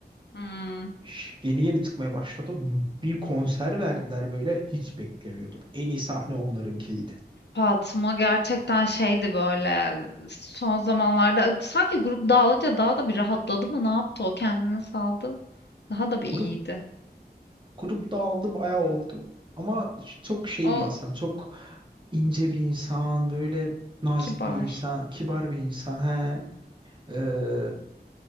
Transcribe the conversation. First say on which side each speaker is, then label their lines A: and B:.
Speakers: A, on the left; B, on the right.
A: hmm,
B: Ş- Yeni yeni çıkmaya başladı. Bir konser verdiler böyle. Hiç beklemiyordum. En iyi sahne onlarınkiydi.
A: Fatma gerçekten şeydi böyle son zamanlarda sanki grup dağılınca daha da bir rahatladı mı ne yaptı o kendini saldı. Daha da bir
B: Grup
A: iyiydi.
B: grup dağıldı bayağı oldu. Ama ş- çok şey
A: O
B: bir insan, çok ince bir insan, böyle nazik
A: kibar.
B: bir insan, kibar bir insan. He. Ee,